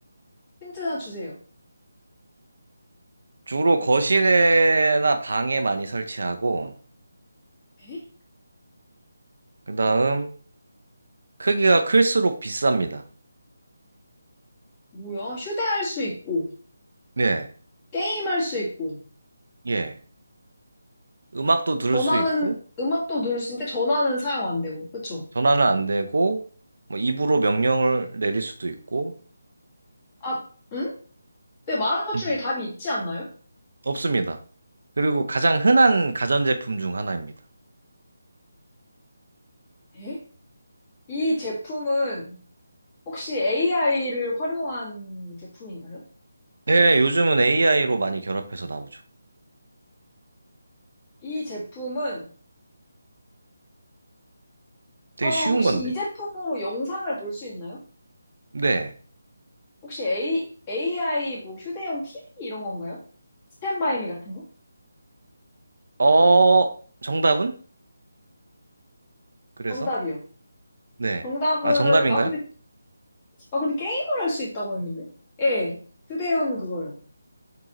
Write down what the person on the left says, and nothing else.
힌트 하나 주세요.
에?
뭐야? 휴대할 수 있고,
게임할 수 있고,
전화는,
음악도 누를 수 있는데 전화는 사용 안 되고, 그쵸?
아, 응? 근데 말한 것
중에 답이 있지 않나요?
에? 이 제품은 혹시 AI를 활용한 제품인가요?
이 제품은,
아,
혹시
이 제품으로 영상을 볼 수 있나요?
혹시 A, AI 뭐 휴대용 TV 이런 건가요? 스탠바이미 같은 거?
정답이요.
정답은,
아, 근데, 아, 근데 게임을 할 수 있다고 했는데? 예, 휴대용 그거요.